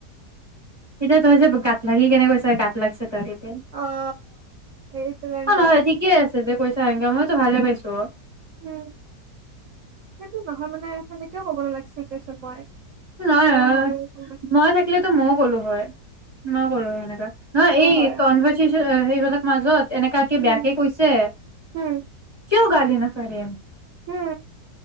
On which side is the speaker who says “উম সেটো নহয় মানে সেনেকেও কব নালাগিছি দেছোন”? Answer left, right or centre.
Right